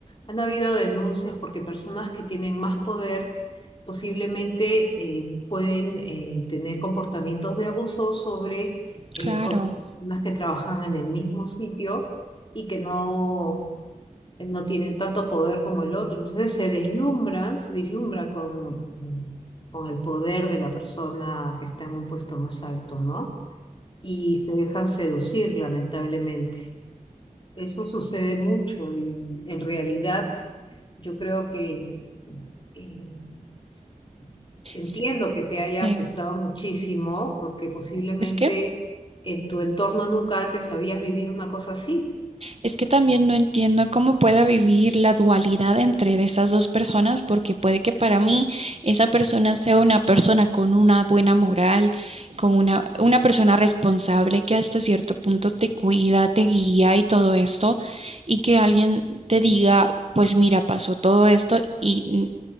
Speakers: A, on the left (about 35°); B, on the right (about 45°).
A: han habido denuncias porque personas que tienen más poder posiblemente eh, pueden eh, tener comportamientos de abuso sobre eh,
B: claro.
A: otras personas que trabajan en el mismo sitio y que no, no tienen tanto poder como el otro. Entonces se deslumbran, se deslumbran con, mm, con el poder de la persona que está en un puesto más alto, ¿no? Y se dejan seducir, lamentablemente. Eso sucede mucho y en realidad yo creo que eh, s- entiendo
B: Sí.
A: que te haya
B: sí.
A: afectado muchísimo porque posiblemente
B: Es que
A: en tu entorno nunca antes habías vivido una cosa así.
B: Es que también no entiendo cómo pueda vivir la dualidad entre de esas dos personas, porque puede que para mí esa persona sea una persona con una buena moral, con una, una persona responsable que hasta cierto punto te cuida, te guía y todo esto, y que alguien te diga, pues mira, pasó todo esto y